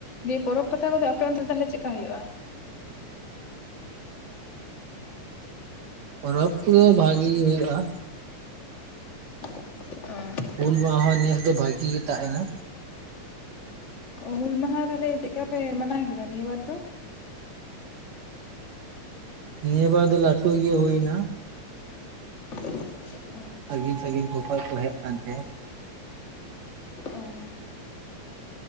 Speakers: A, on the left; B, on the right.
A: ᱫᱤᱭᱮ ᱯᱚᱨᱚᱵᱽ ᱯᱟᱛᱟ ᱠᱚᱫᱚ ᱟᱯᱮ ᱚᱱᱛᱮ ᱛᱟᱦᱞᱮ ᱪᱮᱫᱠᱟ ᱦᱩᱭᱩᱜᱼᱟ?
B: ᱯᱚᱨᱚᱵᱽ ᱠᱚᱫᱚ ᱵᱷᱟᱜᱤ ᱜᱮ ᱦᱩᱭᱩᱜ-ᱟ᱾
A: ᱚ᱾
B: ᱩᱞ, ᱵᱟᱦᱟ ᱦᱚᱸ ᱱᱮᱥ ᱫᱚ ᱵᱷᱟᱜᱤ ᱜᱮ ᱛᱟ ᱮᱱᱟ᱾
A: ᱚ ᱦᱩᱞ ᱢᱟᱦᱟ ᱛᱟᱦᱚᱞᱮ ᱪᱮᱫᱠᱟ ᱯᱮ ᱢᱟᱱᱟᱣ ᱠᱮᱫᱟ ᱱᱤᱭᱟᱹ ᱵᱟᱨ ᱫᱚ?
B: ᱱᱤᱭᱟᱹ ᱵᱟᱨ ᱫᱚ ᱞᱟᱹᱴᱩ ᱜᱮ ᱦᱩᱭᱱᱟ᱾
A: <inaudible>
B: ᱥᱟᱺᱜᱤᱧ ᱥᱟᱺᱜᱤᱧ ᱠᱚ ᱠᱷᱚᱡ ᱠᱚ ᱦᱮᱡ ᱟᱠᱟᱱ ᱛᱟᱦᱮᱸᱫ।
A: ᱚ᱾